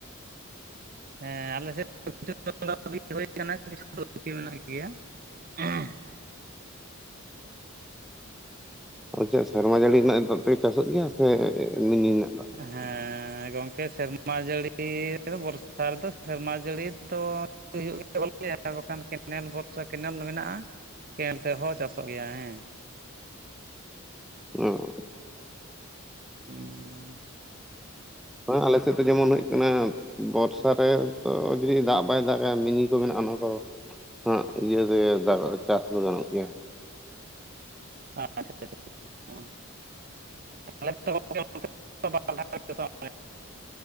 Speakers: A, on the right (about 40°); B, in the centre.
A: <unintelligible>
B: ᱟ ᱪᱮᱫ ᱥᱮᱨᱢᱟ ᱡᱟᱹᱲᱤ ᱨᱮᱱᱟᱜ ᱫᱟᱜ ᱛᱮᱜᱮ ᱪᱟᱥᱚᱜ ᱜᱮᱭᱟ ᱥᱮ ᱢᱤᱱᱤ ᱨᱮᱱᱟᱜ ᱫᱟᱜ?
A: ᱦᱮᱸ ᱜᱚᱝᱠᱮ ᱥᱮᱨᱢᱟ ᱡᱟᱹᱲᱤ ᱵᱚᱨᱥᱟ ᱨᱮᱫᱚ ᱥᱮᱨᱢᱟ ᱡᱟᱹᱲᱤ ᱫᱚ ᱦᱩᱭᱩᱜ ᱜᱮᱭᱟ ᱵᱚᱞᱮ ᱟᱨ ᱵᱟᱠᱷᱟᱱ ᱠᱮᱱᱮᱞ ᱵᱷᱚᱨᱥᱟ ᱠᱮᱱᱮᱞ ᱢᱮᱱᱟᱜᱼᱟ ᱾ ᱠᱮᱱ ᱛᱮᱦᱚᱸ ᱪᱟᱥᱚᱜ ᱜᱮᱭᱟ ᱦᱮᱸ
B: ᱚᱸ
A: ᱦᱩᱸ
B: ᱦᱮ ᱟᱞᱮᱥᱮᱫ ᱫᱚ ᱡᱮᱢᱚᱱ ᱦᱩᱭᱩᱜ ᱠᱟᱱᱟ ᱵᱚᱨᱥᱟ ᱨᱮ ᱛᱚ ᱡᱩᱫᱤ ᱫᱟᱜ ᱵᱟᱭ ᱫᱟᱜᱟ ᱢᱤᱱᱤ ᱠᱚ ᱢᱮᱱᱟᱜᱼᱟ ᱚᱱᱟ ᱠᱚ ᱦᱟᱸᱜ ᱤᱭᱟᱹ ᱨᱮ ᱫᱟᱜ ᱪᱟᱥ ᱫᱚ ᱜᱟᱱᱚᱜ ᱜᱮᱭᱟ ᱦᱟᱸᱜ
A: <unintelligible> <unintelligible>